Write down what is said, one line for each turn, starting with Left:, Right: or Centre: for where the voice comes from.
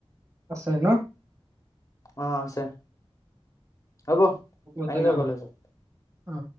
Right: আছে ন?
Left: অ', আছে। হ'ব
Right: হ'ব
Left: আহিবা
Right: তেনেহ'লে
Left: কলেজত।
Right: অ'।